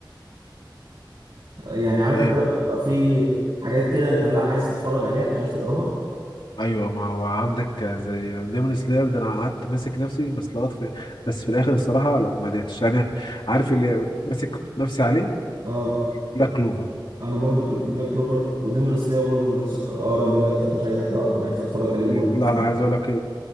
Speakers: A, on the right; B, on the left.
A: يعني عارف
B: ايه
A: انت لما بيبقى في حاجات كده انت لا عايز تتفرج عليها مش عايز تقراها
B: ايوه ما هو عندك زي ديمون سلاير ده انا قعدت ماسك نفسي بس لغايه في بس في الاخر الصراحه لا ما قدرتش انا عارف اللي ماسك نفسي عليه
A: اه
B: بلاك كلوفر
A: انا برضو كل- بلاك كلوفر وديمون سلاير برضو ما رضيتش اقرا المانجا بتاعته مش عايز احرقه انا عايز اتفرج عليه برضو
B: لا
A: مستنيه
B: انا عايز اقول لك